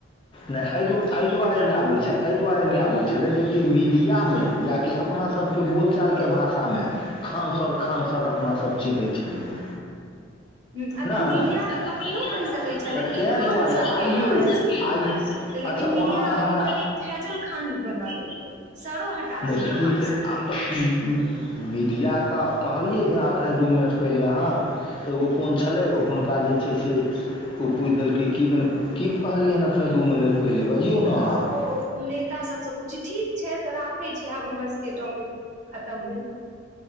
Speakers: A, on the left (about 25°); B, on the right (about 35°).
A: नै दुआरे नहि आबय छल एहि दुआरे नहि आबै छलै जे कि मीडियामे याकि अपना सबके बोल चालके भाषामे खान सर खान सर अपनासभ चिन्है छलिए
B: हुं आ
A: नहि
B: तऽ मीडिया तऽ अखनो
A: तऽ
B: कहि सकै छलै कि
A: ताहि
B: खा खान
A: दुआरे
B: सर के
A: आइयो
B: यहाँ ऐसे हुआ
A: आइ
B: लेकिन
A: अच्छा
B: मीडिया
A: ओना तऽ
B: आब
A: हमरा
B: ओकरा फैजल खान बना देलैकए सरो हटा
A: नहि
B: देलै
A: तऽ
B: नाम
A: ई तऽ
B: स
A: आब तऽ मीडिया तऽ कहलियै जे एखने दू मिनट पहिले अहाँ एगो कोन छलै हुनका जे छै से ओ पुछि देलकै कीदैन की कहलियै हन अखने दू महिने पहिले बजियौ ने अहाँ
B: आ ओ नेता सभसँ पूछि ठीक छै तऽ राखै छी आब हमर सभके टॉपिक खतम भेल